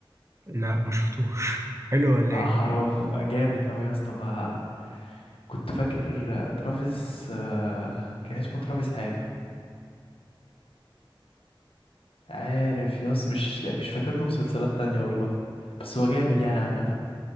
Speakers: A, on the right (about 30°); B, on the left (about 85°).
A: لا ما شفتوش <laughs> حلو ولا
B: لا
A: ايه
B: حرام <laughs> جامد أوي يا اسطى ما- كنت فاكر ترافيس آه، كان اسمه ترافيس حاجة عارف يا اسطى مش لا مش فاكر له مسلسلات تانية والله بس هو جامد يعني عامة